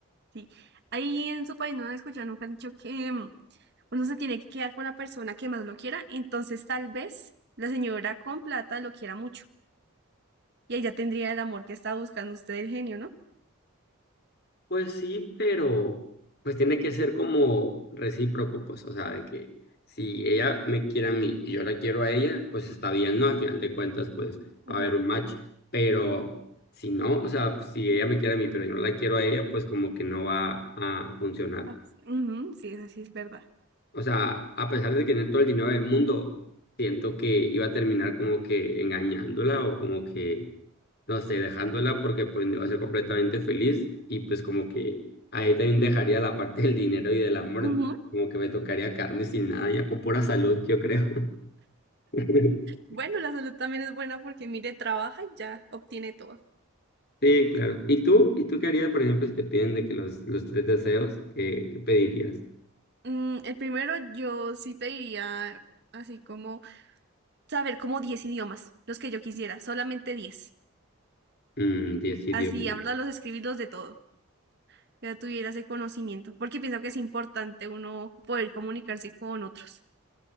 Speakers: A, on the right; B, on the left.
A: Sí. Ahí en su país no han escuchado nunca han dicho que mm, uno se tiene que quedar con la persona que más lo quiera. Entonces, tal vez la señora con plata lo quiera mucho. Y ella tendría el amor que está buscando usted, el genio, ¿no?
B: Pues sí, pero pues tiene que ser como recíproco, pues, o sea, de que si
A: Sí.
B: ella me quiere a mí y yo la quiero a ella, pues está bien, ¿no? Al final de cuentas, pues
A: Ujú.
B: va a haber un match, pero si no, o sea, si ella me quiere a mí, pero yo no la quiero a ella, pues como que no va a funcionar.
A: Ah, sí. Ujú, sí, eso sí es verdad.
B: O sea, a pesar de que tenía todo el dinero del mundo, siento que iba a terminar como que engañándola o como que no sé, dejándola porque pues no iba a ser completamente feliz y pues como que ahí también dejaría la parte del dinero y del amor,
A: Ujú.
B: entonces, como que me tocaría quedarme sin nada ya, o pura salud, yo creo. <laughs>
A: Bueno, la salud también es buena porque mire, trabaja y ya obtiene todo.
B: Sí, claro. ¿Y tú? ¿Y tú qué harías, por ejemplo, si te piden de que los, los tres deseos, qué, qué pedirías?
A: Mm, el primero yo sí pediría así como saber como 10 idiomas, los que yo quisiera, solamente diez,
B: Mm, diez idiomas.
A: Así hablarlos, escribirlos de todo, que ya tuviera ese conocimiento, porque pienso que es importante uno poder comunicarse con otros.